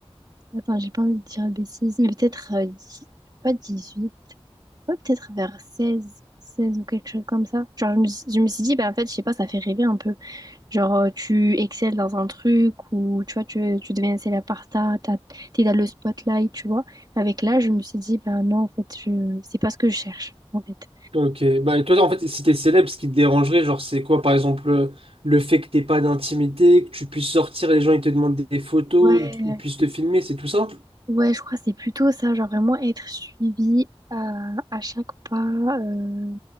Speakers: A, on the right (about 40°); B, on the right (about 65°).
A: Attends, j'ai pas envie de dire bêtise, mais peut-être euh, dix- pas 18, ouais peut-être vers 16, 16 ou quelque chose comme ça. Genre je me, suis- je me suis dit, bah en fait, je sais pas, ça fait rêver un peu. Genre euh, tu excelles dans un truc ou tu vois, tu, tu deviens célèbre par ça, t'as- t'es dans le spotlight, tu vois. Avec l'âge, je me suis dit, bah non, en fait, je... c'est pas ce que je cherche, en fait.
B: Ok, bah et toi en fait si t'es célèbre, ce qui te dérangerait, genre c'est quoi par exemple euh, le fait que t'aies pas d'intimité, que tu puisses sortir et les gens ils te demandent des photos,
A: Ouais.
B: ils, ils puissent te filmer, c'est tout ça?
A: Ouais, je crois que c'est plutôt ça, genre vraiment être suivi à, à chaque pas. euh,